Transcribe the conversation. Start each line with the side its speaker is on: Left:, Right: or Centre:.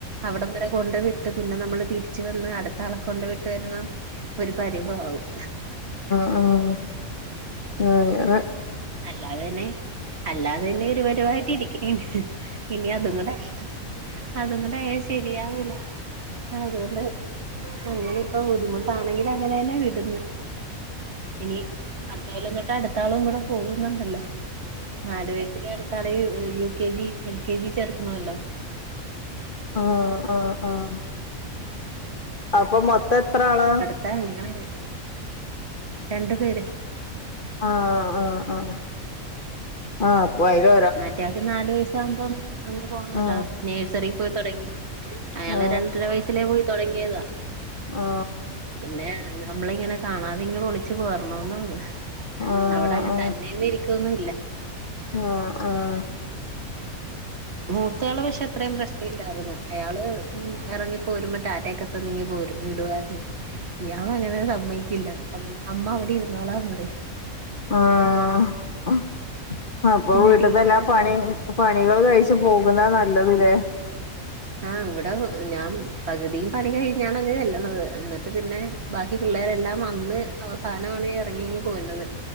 Right: അവിടം വരെ കൊണ്ട് വിട്ട് പിന്നെ നമ്മള് തിരിച്ച് വന്ന് അടുത്ത ആളെ കൊണ്ട് വിട്ടു വരുമം. ഒരു പരുവ ആവും.
Left: ആഹ് അങ്ങനെ.
Right: അല്ലാതെ പിന്നെ. അല്ലാതെ തന്നെ ഒരു പരുവായിട്ട് ഇരിക്കണേണ് ഇനി അതും കൂടെ. അതും കൂടെ ആയ ശെരിയാവില്ല അതുകൊണ്ട്. അങ്ങനെ ഇപ്പൊ ബുദ്ധിമുട്ടാണെങ്കിലും അങ്ങനെ തന്നെ വീട്ന്നെ ഇനി. അടുത്ത കൊല്ലം തൊട്ട് അടുത്താളും കൂടെ പോകുന്നുണ്ടല്ലോ നാലു വയസ്സിലെ അടു ത്താളേ U K G L K G ൽ ചേർക്കണല്ലോ.
Left: ആഹ് ആഹ് ആഹ് അപ്പം മൊത്തം എത്ര ആളാ.
Right: തിക്ക <unintelligible> രണ്ടു പേര്.
Left: ആഹ് ആഹ് ആഹ് ആഹ് അപ്പൊ അയില്.
Right: മറ്റേയാൾക്ക് നാല് വയസ് ആകുമ്പം അങ്ങ് പോണല്ലോ.
Left: ആ
Right: നേഴ്സറിൽ പോയി തുടങ്ങി അയാള്
Left: ആ
Right: രണ്ടര വയസ്സിലേ പോയി തുടങ്ങിയതാ.
Left: ആ
Right: പിന്നെ നമ്മളിങ്ങനെ കാണാതെ ഇങ്ങ് ഒളിച്ചു പോരണോന്നള്ളു.
Left: ആ ആ ആ
Right: അവിടെ അങ്ങനെ തന്നെയൊന്നും ഇരിക്കുവൊന്നും ഇല്ല.
Left: ആഹ് ആഹ്.
Right: മൂത്തയാള് പക്ഷെ അത്രയും പ്രശ്നയില്ലായിരുന്നു അയാള് ഉം എറങ്ങി. പോരുമ്പം ടാറ്റയൊക്കെ തന്ന് ഇങ്ങ് പോരു വിടുവായിരുന്നു. ഇയാള് അങ്ങനെ സമ്മയ്ക്കില്ല അമ് അമ്മ അവിടെ ഇരുന്നോളാൻ പറയും.
Left: ആഹ് അപ്പൊ
Right: പിന്നെ
Left: വീട്ടിത്തെ
Right: ടീച്ചറെ
Left: എല്ലാ പണിം പണികൾ കഴ്ച്ച് പോകുന്നതാ നല്ലത് ലെ.
Right: ആഹ് വിടെ ഞാൻ പകുതിയും പണി കഴിഞ്ഞാണ് അങ്ങ് ചെല്ലണത് എന്നിട്ട് പിന്നെ. ബാക്കി പിള്ളേരെല്ലാം വന്ന് അവസാനമാണ് ഇറങ്ങി ഇങ്ങ് പോരുന്നത്